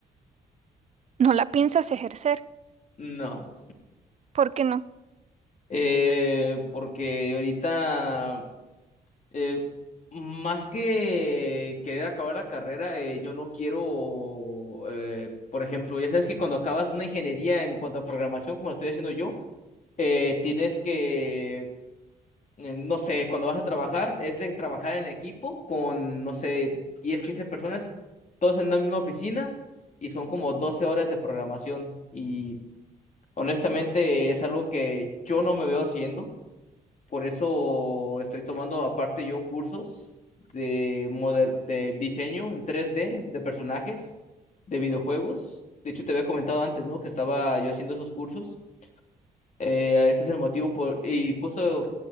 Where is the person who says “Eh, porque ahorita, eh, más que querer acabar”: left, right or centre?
Left